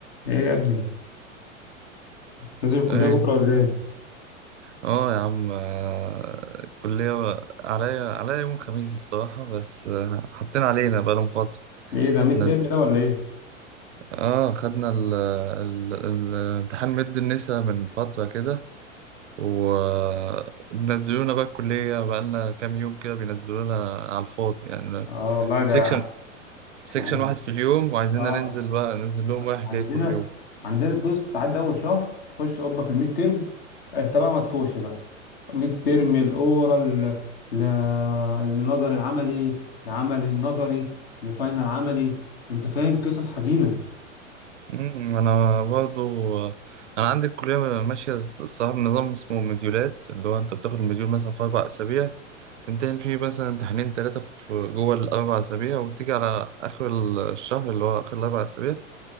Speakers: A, on the left (about 50°); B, on the right (about 60°).
A: ايه يا ابني نازل الكلية
B: ايه
A: بكرة ولا ايه؟
B: اه يا عم آه، الكلية عليا عليا يوم الخميس الصراحة بس آه، حاطين علينا بقالهم فترة
A: ايه ده ميد
B: نز...
A: ترم ده ولا ايه؟
B: اه خدنا ال... ال... ال- امتحان مد النسا من فترة كده وبنزلونا بقى الكلية بقالنا كام يوم كده بينزلونا على الفاضي يعني
A: اه والله
B: سيكشن
A: ده
B: سيكشن
A: احنا عن...
B: واحد في اليوم وعايزيننا
A: اه
B: ننزل بقى ننزل لهم رايح
A: عندنا
B: جاي كل يوم
A: عندنا تبص تعدي اول شهر تخش قبة في الميد ترم انت بقى ما تفوقش بقى ميد ترم الاورال ل... النظر العملي العملي النظري الفاينل عملي انت فاهم قصص حزينة
B: أمم، انا برضو انا عندي الكليه ماشيه الصراحه بنظام اسمه مديولات اللي هو انت بتاخد المديول مثلا في اربع اسابيع تمتحن فيه مثلا امتحانين ثلاثه في جوه الاربع اسابيع وتيجي على اخر الشهر اللي هو اخر الاربع اسابيع